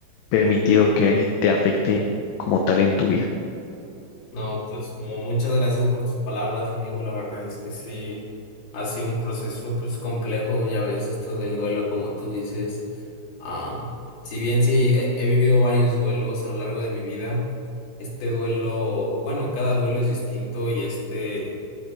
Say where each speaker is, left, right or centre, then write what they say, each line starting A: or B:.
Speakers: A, on the left (about 80°); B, on the left (about 55°).
A: permitido que te afecte como tal en tu vida.
B: No, pues mu- muchas gracias por tus palabras, amigo. La verdad es que sí, ha sido un proceso pues complejo, ya ves, esto del duelo, como tú dices. Ah, si bien sí he, he vivido varios duelos a lo largo de mi vida, este duelo, bueno, cada duelo es distinto y este,